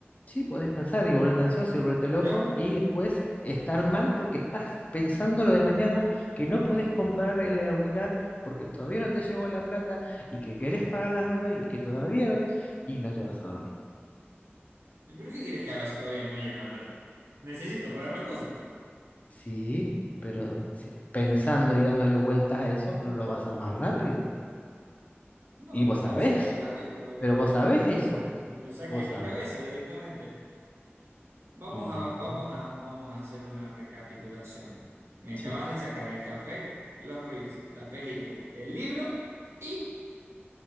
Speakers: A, on the left; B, on the right.
A: Sí, podés pensar y volverte ansioso y volverte loco
B: Ya,
A: y después estar mal porque estás pensando lo de mañana, que no podés comprar el auricular porque todavía no te llegó la plata y que querés pagar las deudas y que todavía no, y no te vas a dormir.
B: ¿Pero qué quieres que haga si todavía no me llega la plata? Necesito pagar las cosas.
A: Sí, pero si- pensando y dándole vueltas a eso, no lo vas a hacer más rápido.
B: No,
A: Y
B: no
A: vos
B: lo
A: sabés,
B: voy a hacer más rápido, pero ¿qué
A: pero
B: quieres
A: vos sabés
B: que me lo,
A: eso,
B: me lo saque
A: vos
B: de mi
A: sabés.
B: cabeza directamente? Vamos
A: Y
B: a,
A: vos-
B: vamos a, vamos a hacer una recapitulación. Me acabas
A: sí.
B: de sacar el café, los reels, la película, el libro y